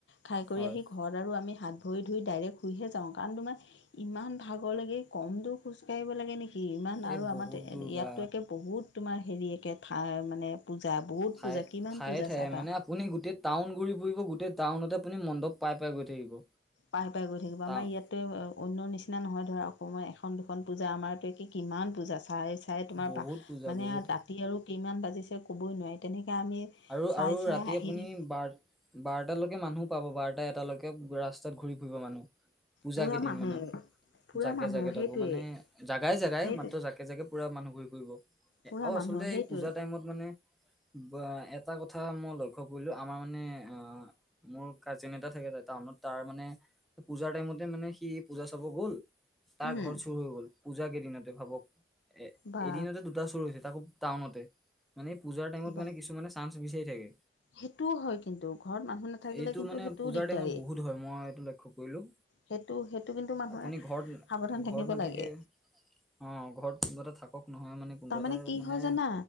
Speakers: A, on the left; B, in the centre.
A: খাই কৰি
B: হয়
A: আহি ঘৰত আৰু আমি হাত ভৰি ধুই ডাইৰেক্ট শুইহে যাওঁ কাৰণ তোমাৰ ইমান ভাগৰ লাগে কম দূৰ খোজ কাঢ়িব লাগে নেকি। ইমান আৰু
B: এই
A: আমাৰ
B: বহুত দূৰ
A: ইয়াততো
B: বা
A: একে বহুত তোমাৰ হেৰি একে ঠাই মানে পূজা বহুত
B: ঠাই
A: পূজা কিমান
B: ঠায়ে
A: পূজা
B: ঠায়ে
A: চাবা?
B: মানে আপুনি গোটেই টাউন ঘূৰি ফুৰিব গোটেই টাউনতে আপুনি মণ্ডপ পাই পাই গৈ থাকিব।
A: পাই পাই গৈ থাকিব।
B: টাউন
A: আমাৰ ইয়াতে অন্য নিচিনা নহয় ধৰা অসমৰ এখন দুখন পূজা আমাৰ কিমান পূজা চাই চাই তোমাৰ
B: বহুত
A: পা
B: পূজা
A: মানে
B: বহুত
A: দাঁ ৰাতি আৰু কিমান বাজিছে ক'বই নোৱাৰি তেনেকে আমি
B: আৰু
A: চাই
B: আৰু
A: চাই
B: ৰাতি
A: আহিলো
B: আপুনি বাৰ বাৰটালৈকে মানুহ পাব বাৰটা এটালৈকে ৰাস্তাত ঘূৰি ফুৰিব মানুহ। পূজা
A: বুঢ়া
B: কেইদিন
A: মানুহ
B: মানে
A: বুঢ়া
B: জাকে
A: মানুহ
B: জাকে তাকো
A: সেইটোৱে
B: মানে জাগাই জাগাই
A: সেইটোৱে
B: মাত্ৰ জাক জাকে জাকে পুৰা মানুহ ঘূৰি ফুৰিব
A: বুঢ়া
B: আৰু
A: মানুহ
B: আচলতে
A: সেইটোৱে
B: এই পূজা টাইমত মানে বা এটা কথা মই লক্ষ্য কৰিলোঁ। আমাৰ মানে আহ মোৰ কাজীন এটা থাকে টাউনত তাৰ মানে পূজাৰ টাইমতে মানে সি পূজা চাব গ'ল তাৰ
A: উম
B: ঘৰত চুৰ হৈ গ'ল পূজা কেইদিনতে ভাবক। এ
A: বা
B: এদিনতে দুটা চুৰ হৈছে তাকো টাউনতে মানে, পূজাৰ টাইমত
A: বাহ
B: মানে কিছুমানে চান্স বিছাৰি থাকে।
A: সেইটোও হয় কিন্তু ঘৰত মানুহ নাথাকিলে
B: এইটো
A: কিন্তু
B: মানে,
A: সেইটোও
B: পূজাৰ
A: দিগদাৰেই
B: টাইমত বহুত হয় মই এইটো লক্ষ্য কৰিলোঁ।
A: সেইটো সেইটো কিন্তু মানুহে
B: আপুনি ঘৰত
A: সাৱধান থাকিব
B: ঘৰত নাথাকে?
A: লাগে
B: অ', ঘৰত কনোবা এটা থাকক নহয় মানে কোনোবা
A: তাৰমানে
B: এটা
A: কি
B: মানে
A: হয় জানা